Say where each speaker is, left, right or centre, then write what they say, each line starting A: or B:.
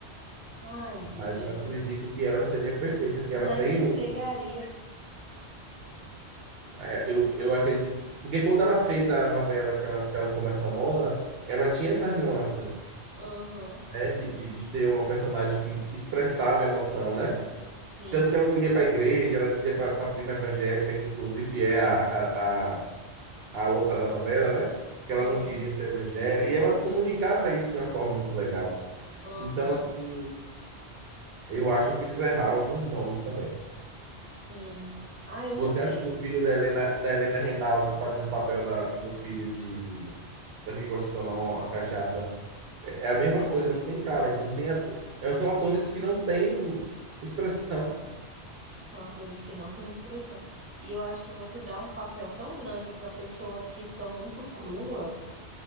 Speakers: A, on the right; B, on the right.
A: Ai, gente,
B: Mas eu acredito que ela seria perfeita, que
A: mas
B: ela tem
A: entregaria.
B: um. É, eu, eu acredito que. Porque quando ela fez a novela que ela, que ela ficou mais famosa, ela tinha essas nuances,
A: Uhum.
B: né? De, de, de ser uma personagem que expressava emoção, né?
A: Sim.
B: Tanto que ela não ia para a igreja, ela dizia para a prima evangélica, que inclusive é a, a, a, a outra da novela, né? Que
A: Uhum.
B: ela não queria ser evangélica. E ela comunicava isso de uma forma muito legal.
A: Uhum.
B: Então, assim, eu acho que eles erraram alguns nomes também.
A: Sim. Ah, eu
B: Você
A: não sei.
B: acha que o filho da Helena, da Helena Reinaldi fazendo o papel da, do filho de da que gosta de tomar uma cachaça é é a mesma coisa, não tem cara, não tem ato- é, são atores que não têm expressão.
A: São atores que não têm expressão. E eu acho que você dá um papel tão grande para pessoas que estão muito cruas.